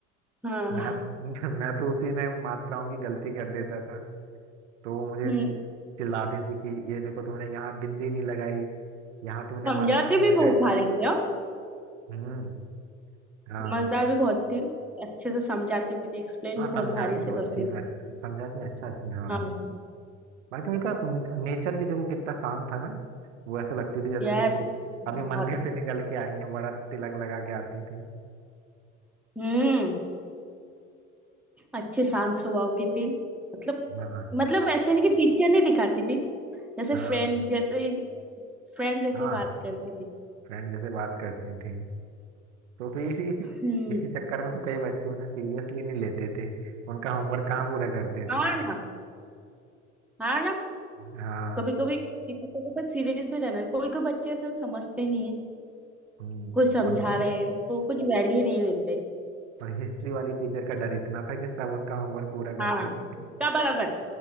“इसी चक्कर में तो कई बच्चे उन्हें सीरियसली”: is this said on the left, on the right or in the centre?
Right